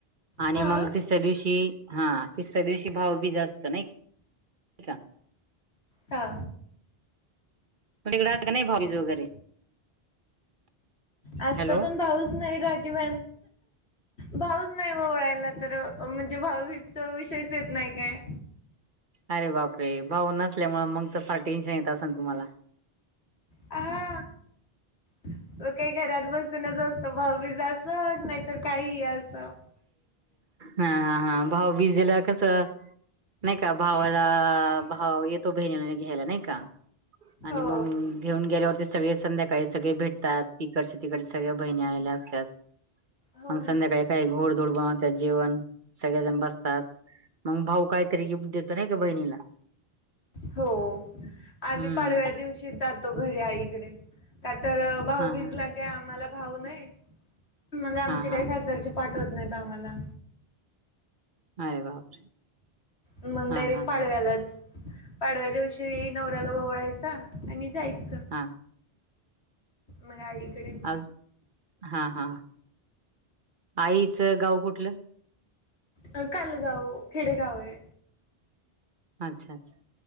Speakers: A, on the right; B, on the left.
A: आणि
B: हा.
A: मग तिसऱ्या दिवशी हा तिसऱ्या दिवशी भाव बी जास्त नाही का
B: हा
A: इकड अस का नाही भाीजी वगैरे
B: आजता
A: हॅलो
B: पण भाऊच नाही राखी ब भाऊच नाही ळायला तर म्हणजे भावीच विषयच येत नाही काय
A: अरे बाप रे भाऊ नसल्यामुळे मग तर फार टेन्शन येत अस ना तुम्हाला
B: हा म काही घरात बस असत ववीज असं नाहीतर काहीही असं
A: हा हा हा भाऊ बिजेला कस नाही का भावाला भाव येतो बहिणी घ्यायला नाही का आणि
B: हो
A: मग घेऊन गेल्यावरती सगळे संध्याकाळी सगळे भेटतात ती कड तिक सगळ्या बहिणी आलेल्या असत
B: हो
A: मग
B: ना
A: संध्याकाळी काही घोडधोड गवत जेवण सगळेजण बसतात मग भाऊ काहीतरी गिफ्ट देतो नाही का बहिणीला
B: हो आम्ही
A: हम्म
B: पाडव्या दिवशी जातो घरी आईकडे का तर भाऊ
A: हा
B: बीजला
A: हा
B: काय आम्हाला भाऊ नाही मग आमचे
A: हा
B: काही
A: हा
B: सासरची पाठ हो नाही तर आम्हाला
A: हा बापरे
B: मग
A: हा
B: डायरेक्ट
A: हा
B: पाडव्यालाच
A: हा
B: पाडव्या दिवशी नवऱ्याला ववळायचा आणि जायचं
A: हां
B: मगाईकडे
A: आज हा हा आईचं गाव कुठलं
B: कालगाव खेडेगाव आहे
A: अच्छा अच्छा